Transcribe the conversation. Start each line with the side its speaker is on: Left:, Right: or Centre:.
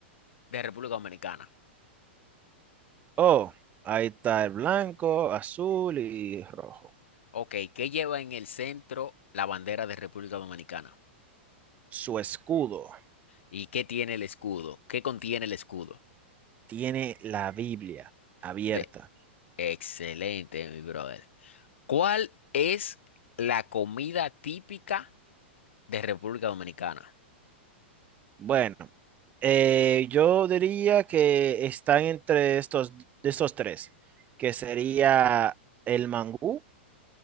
Left: de República Dominicana?
Right: Oh, ahí está el blanco, azul y rojo.
Left: Ok, ¿qué lleva en el centro la bandera de República Dominicana?
Right: Su escudo
Left: ¿Y qué tiene el escudo? ¿Qué contiene el escudo?
Right: tiene la Biblia abierta
Left: De... Excelente, mi brother. ¿Cuál es la comida típica de República Dominicana?
Right: Bueno, eh, yo diría que están entre estos, de estos tres, que sería el mangú,